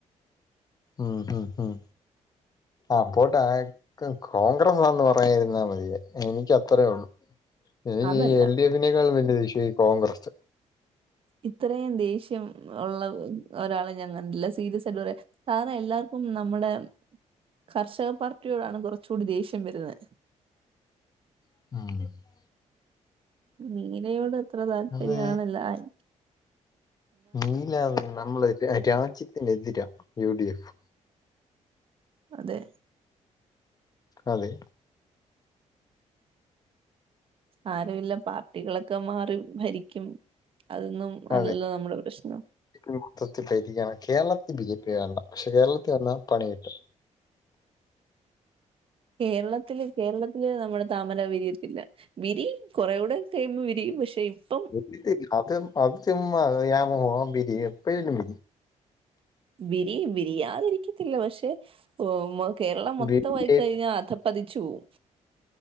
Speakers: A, on the left (about 30°); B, on the right (about 45°).
A: ഉം ഉം ഉം ആഹ്, പോട്ടെ <unintelligible> കോൺഗ്രസാന്ന് പറയായിരുന്നാ മതിയേ. എനിക്കത്രേ ഉള്ളു എനിക്കീ
B: അതല്ല
A: എൽ ഡി എഫിനേക്കാളും വല്ല്യ ദേഷ്യാ ഈ കോൺഗ്രസ്
B: ഇത്രേം ദേഷ്യം ഒള്ള ഒരാളെ ഞാൻ കണ്ടില്ല. സീരിയസായിട്ട് പറയാ സാറെല്ലാർക്കും നമ്മുടെ കർഷകപ്പാർട്ടിയോടാണ് കൊറച്ചൂടി ദേഷ്യം വരുന്ന്
A: <unintelligible>
B: നീലയോടിത്ര താല്പര്യാണെല്ലാര്
A: അത് നീല നമ്മളെ രാ രാജ്യത്തിനെതിരാ യു ഡി എഫ്
B: അതെ
A: അതെ
B: ആരൂല്ല പാർട്ടികളൊക്കെ മാറി ഭരിക്കും. അതൊന്നും അല്ലല്ലോ
A: അതെ
B: നമ്മുടെ പ്രശ്നം
A: മൊത്തത്തിൽ <unintelligible> കേരളത്തി ബി ജെ പി വേണ്ട. പക്ഷെ കേരളത്തി വന്നാ പണി കിട്ടും
B: കേരളത്തില് കേരളത്തില് നമ്മടെ താമര വിരിയത്തില്ല. വിരിയും കൊറെ കൂടെ കഴിയുമ്പോ വിരിയും പക്ഷെ ഇപ്പം
A: <unintelligible> അതു ചുമ്മാതെ ബിരി എപ്പഴല്ല
B: വിരിയും വിരിയാതിരിക്കത്തില്ല. പക്ഷെ ഓഹ് കേരളം മൊത്തമായി
A: വിരി
B: കഴിഞ്ഞാ അത പതിച്ചു പോവും